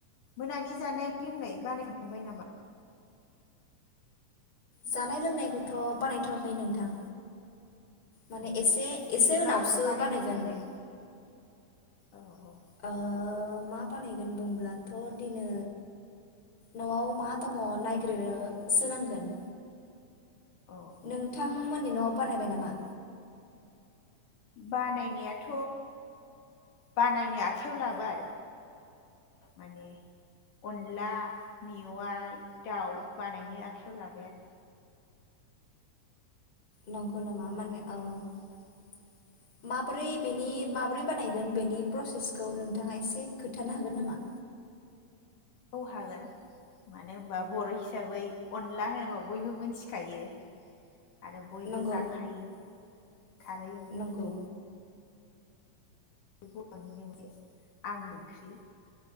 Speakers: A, on the left; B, on the left.
A: मोनानि जानाय लोंनाय बानायखांबाय नामा।
B: जानाय लोंनायखौथ बानायथवाखै नोंथां। माने
A: अ
B: एसे
A: दिनै
B: एसे उनावसो
A: मा बानायनो
B: बानायगोन।
A: सानदों औ औ
B: ओ मा बानायगोन बुंब्लाथ दिनै नआव मा दङ नायग्रोनोसो नांगोन।
A: औ
B: नोंथांमोननि न। बानायबाय नामा।
A: बानायनायाथ बानायनो आखाइायाव लाबाय माने अनला मेवाइ दाउ बानायनो आखाइायाव लाबाय आरो।
B: नंगौ नामा माने ओ माब्रै बेनि माबोरै बानायगोन बेनि प्रसेसखौ नोंथाङा एसे खोथानो हागोन नामा।
A: औ हागोन मानो होनबा बर हिसाबै अनला होनोबा बयबो मिथिखायो। आरो बयबो
B: नंगौ
A: जाखायो खारै ओंख्रि।
B: नंगौ
A: बरनिनो <inaudible> आगो ओंख्रि